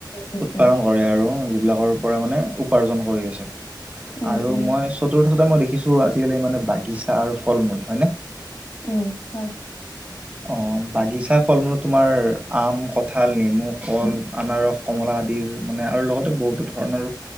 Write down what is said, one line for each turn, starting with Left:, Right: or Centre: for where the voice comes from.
Left: উম
Right: উৎপাদন
Left: উম
Right: কৰে আৰু যিবিলাকৰ পৰা মানে উপাৰ্জন কৰি আছে
Left: উম
Right: আৰু
Left: উম
Right: মই চতুৰ্থতে মই দেখিছো আজিকালি মানে বাগিছা আৰু ফল মূল হয় নে
Left: উম হয়
Right: অ বাগিচা ফল মূলত তোমাৰ আম, কঁঠাল, নেমু, কল, আনাৰস কমলা আদিৰ মানে আৰু লগতে বহুতো ধৰণৰ